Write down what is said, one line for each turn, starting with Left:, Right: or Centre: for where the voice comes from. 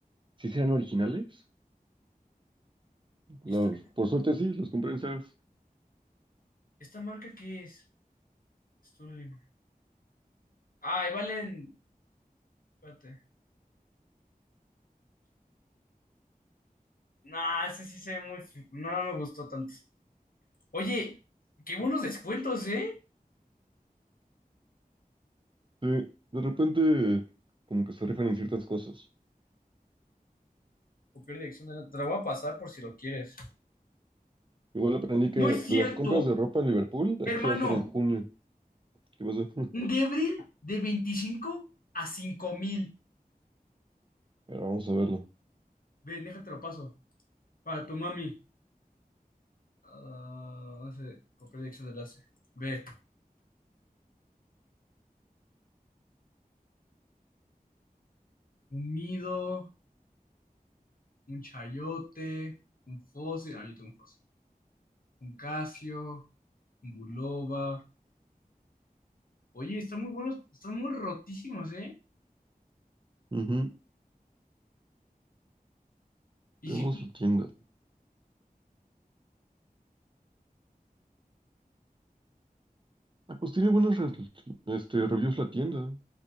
Right: si sí eran originales.
Left: ¿y
Right: Los-
Left: ¿Esta,
Right: por suerte sí, los compré en Sears.
Left: esta marca qué es? Sterling. Ah, y valen. Espérate. Nah, ese sí se ve muy. fi- No, no me gustó tanto. Oye, qué buenos descuentos, ¿eh?
Right: Sí, de repente como que se rifan en ciertas cosas.
Left: Copiar dirección de la. Te la voy a pasar por si lo quieres.
Right: Igual aprendí que
Left: ¡No es cierto!
Right: las compras de ropa en Liverpool, las
Left: Hermano,
Right: chidas son en junio. ¿Qué pasa? <laughs>
Left: Un Gebril de 25 a 5 mil.
Right: Pero vamos a verlo.
Left: Ve, déjate lo paso. Para tu mami. Ah, no sé, copiar dirección de enlace. Ve, un Mido, un Chayote, un Fósil. Ah, yo tengo un Fósil. Un Casio, un Bulova. Oye, están muy buenos, están muy rotísimos, ¿eh?
Right: Ujú.
Left: Y
Right: Veamos
Left: si, cu-
Right: su tienda. Ah, pues tiene buenos re- este, reviews la tienda,